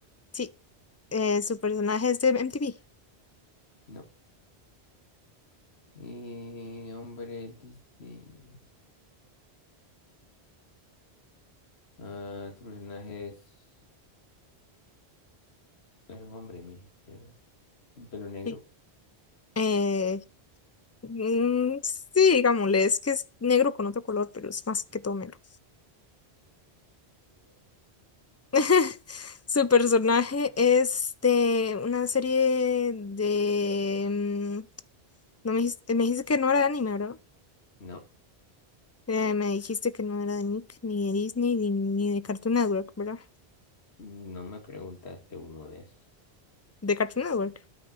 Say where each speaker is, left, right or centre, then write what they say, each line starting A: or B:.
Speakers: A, on the left; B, on the left.
A: Sí. Eh, su personaje es de MTV.
B: No. Eh, hombre Disney. Ah, tu personaje es era un hombre, me dijiste, ¿verdad? ¿Un ¿Pelo negro?
A: Sí. Eh, mm, sí, digámosle, es que es negro con otro color, pero es más que todo negro. <laughs> Su personaje es de una serie de... mm, No me dijiste, me dijiste que no era de anime, ¿verdad?
B: No,
A: Eh, me dijiste que no era de Nick, ni de Disney, ni, ni de Cartoon Network, ¿verdad?
B: no me preguntaste uno de esos.
A: De Cartoon Network.